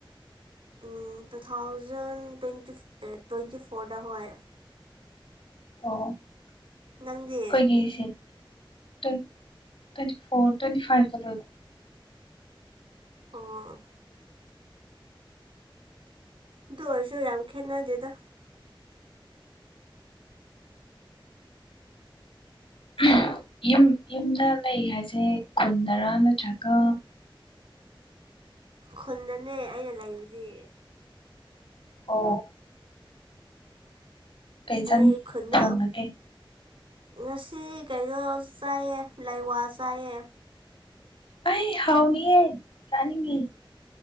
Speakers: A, on the right; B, on the left.
A: ꯎꯝ ꯇꯨ ꯊꯥꯎꯖꯟ ꯇ꯭ꯋꯦꯟꯇꯤ ꯇ꯭ꯋꯦꯟꯇꯤ ꯐꯣꯔꯗ ꯍꯣꯏ꯫
B: ꯑꯣ ꯑꯩꯈꯣꯏꯒꯤ
A: ꯅꯪꯗꯤ
B: ꯁꯤꯠ ꯇꯨꯟ ꯇ꯭ꯋꯦꯟꯇꯤ ꯐꯣꯔ ꯇ꯭ꯋꯦꯟꯇꯤ ꯐꯥꯏꯞꯇ ꯂꯣꯏꯕ꯫
A: ꯑꯣ ꯑꯗꯨ ꯑꯣꯏꯔꯁꯨ ꯌꯥꯝ ꯈꯦꯠꯅꯗꯦꯗ꯫
B: <unintelligible> ꯌꯨꯝ ꯌꯨꯝꯗ ꯂꯩ ꯍꯥꯏꯁꯦ ꯈꯨꯟꯗꯔꯥ ꯅꯠꯇ꯭ꯔꯒ?
A: ꯈꯨꯟꯗꯅꯦ ꯑꯩꯅ ꯂꯩꯕꯗꯤ꯫
B: ꯑꯣ ꯀꯩꯖꯥꯡ
A: ꯑꯩ ꯈꯨꯟꯗ
B: ꯊꯣꯡꯉꯒꯦ
A: ꯉꯁꯤ ꯀꯩꯅꯣ ꯆꯥꯏꯌꯦ ꯂꯥꯏꯋꯥ ꯆꯥꯏꯌꯦ꯫
B: ꯑꯩ ꯍꯥꯎꯅꯤꯌꯦ ꯆꯥꯅꯤꯡꯉꯦ꯫